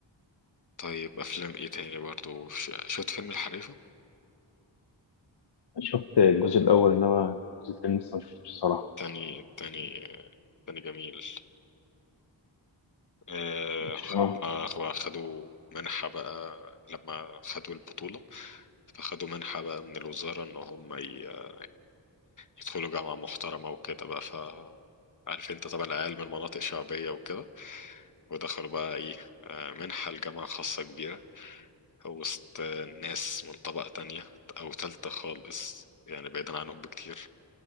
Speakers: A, on the left; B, on the left.
A: طيب افلام ايه تاني برضو ش- شفت فيلم الحريفه
B: شفت الجزء الأول إنما الجزء الثاني لسه ما شفتوش الصراحة
A: تاني تاني آه، تاني جميل آه
B: مش- آه.
A: هما هما خدوا منحه بقى لما خدوا البطوله فخدوا منحة بقى من الوزارة إن هم ي- يدخلوا جامعة محترمة وكده بقى ف عارف انت طبعا العيال من مناطق شعبية وكده ودخلوا بقى ايه آه، منحة لجامعة خاصة كبيرة وسط آه، ناس من طبقة تانية أو تالتة خالص يعني بعيدا عنهم بكتير